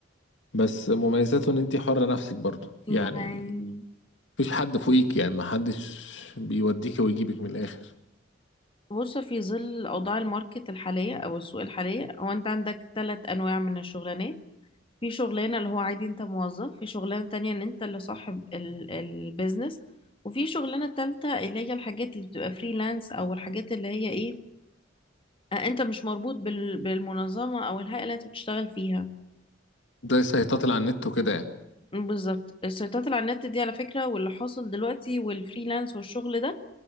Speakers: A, on the left; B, on the left.
A: بس مميزاته ان انت حرة نفسك برضو
B: يعني
A: يعني مفيش حد فوقيك يعني ما حدش بيوديك ويجيبك من الاخر
B: بص في ظل اوضاع الماركت الحاليه او السوق الحاليه هو انت عندك ثلاث انواع من الشغلانات في شغلانه اللي هو عادي انت موظف في شغلانه تانية ان انت اللي صاحب ال- البيزنس وفي شغلانه تالتة اللي هي الحاجات اللي بتبقى فريلانس او الحاجات اللي هي ايه آه، انت مش مربوط بال- بالمنظمه او الهيئه اللي انت بتشتغل فيها
A: ده سيطات على النت وكده يعني
B: بالظبط السيطرة على النت دي على فكرة واللي حاصل دلوقتي والفريلانس والشغل ده